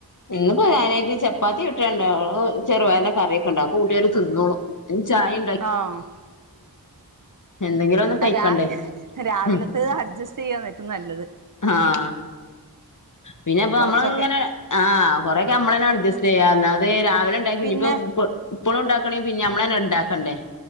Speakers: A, on the left; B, on the right.
A: ഇന്നിപ്പോ കാര്യയിട്ട് ചപ്പാത്തി ചുട്ടതുണ്ട് ചെറുപയറിൻ്റെ കറിയൊക്കെ ഒണ്ട് അത് കൂട്ടിയങ്ങട്ട് തിന്നോളും ഇനി ചായേ
B: ആഹ്
A: എന്തെങ്കിലും ഒന്ന് കഴിക്കണ്ടേ
B: ആ രാവിലെ രാവിലെ
A: ഉം
B: ത്ത് അഡ്ജസ്റ്റ് ചെയ്യാ നിനക്ക് നല്ലത്
A: ആഹ് പിന്നപ്പോ
B: കുറച്ചൊക്കെ
A: അമ്മളങ്ങനെ ആ ആഹ് കൊറെയൊക്കെ അമ്മളന്നെ അഡ്ജസ്റ്റ് ചെയ്യാ അല്ലാതെ രാവിലെ ഉണ്ടാക്കി
B: പിന്നെ
A: ഇനിയിപ്പോ ഇപ്പ് ഇപ്പോളും ഉണ്ടാക്കണെ പിന്നെ ഞമ്മള് തന്നെ ഉണ്ടാക്കണ്ടേ